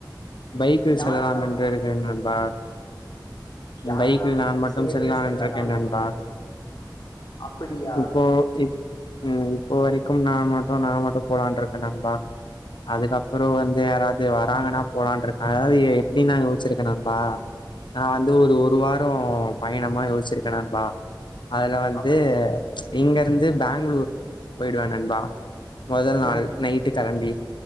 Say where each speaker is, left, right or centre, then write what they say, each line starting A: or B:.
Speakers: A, on the left; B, on the left.
A: பைக்கில்
B: யாரெல்லாம்
A: செல்லலாம் என்று இருக்கிறேன் நண்பா
B: யாரெல்லாம்
A: பைக்கில் நான் மட்டும்
B: சேர்ந்து
A: செல்லலான்ரிக்கேன்
B: செல்லலாம்
A: நண்பா
B: என அப்படியா
A: இப்போ இப் ம் இப்போ வரைக் கும் நா மட்டும் நா மட்டும் போலான்ரிக்க நண்பா அதுக்கப் குரு வந்து யாராது வராங்கன்னா போலான்ருக் அதாவது எப்டின் நாங்க யோச்சிருக்கோ நண்பா நா வந்து ஒரு ஒரு வாரோ பயணமாரி யோஸ்ச்சிருக்க நண்பா அதுல வந்து
B: அப்ப
A: இங்கருந்து பெங்களூர் போயிடுவ நண்பா முதல் நாள்
B: ம்
A: நைட்டு கெளம்பி